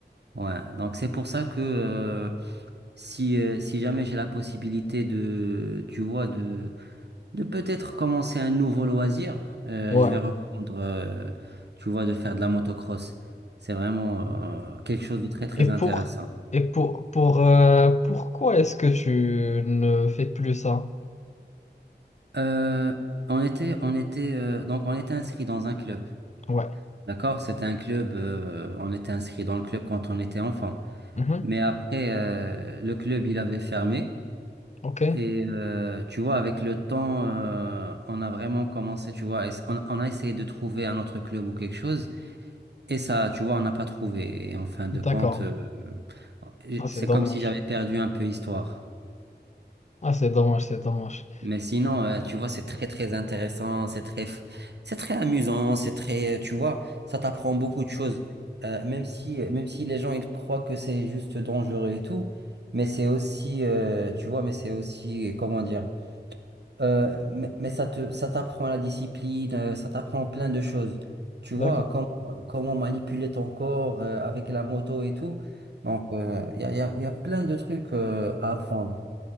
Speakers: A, on the right; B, on the left.
A: ouais. Donc c'est pour ça que, euh, si, euh, si jamais j'ai la possibilité de, tu vois, de, de peut-être commencer un nouveau loisir, euh,
B: Ouais.
A: je vais reprendre, euh, tu vois, de faire de la motocross. C'est vraiment euh, quelque chose de très très
B: Et pour...
A: intéressant.
B: Et pour... pour euh, pourquoi est-ce que tu ne fais plus ça?
A: Euh, on était, on était, euh, donc on était inscrit dans un club,
B: Ouais.
A: d'accord? C'était un club, euh, on était inscrit dans le club quand on était enfant.
B: Mhm.
A: Mais après, euh, le club il avait fermé.
B: Ok.
A: Et euh, tu vois, avec le temps, euh, on a vraiment commencé, tu vois, à ess- on, on a essayé de trouver un autre club ou quelque chose, et ça, tu vois, on n'a pas trouvé. Et en fin de
B: D'accord.
A: compte, euh, euh,
B: Ah, c'est
A: c'est
B: dommage.
A: comme si j'avais perdu un peu histoire.
B: Ah, c'est dommage, c'est dommage.
A: Mais sinon, euh, tu vois, c'est très très intéressant, c'est très, f- c'est très amusant, c'est très, euh, tu vois, ça t'apprend beaucoup de choses. Euh, même si, même si les gens ils croient que c'est juste dangereux et tout, mais c'est aussi, euh, tu vois, mais c'est aussi, comment dire. Euh, mais, mais ça te, ça t'apprend la discipline, euh, ça t'apprend plein de choses. Tu vois,
B: D'accord.
A: comment, comment manipuler ton corps euh, avec la moto et tout. Donc, euh, il y a, y a- y a plein de trucs euh, à apprendre.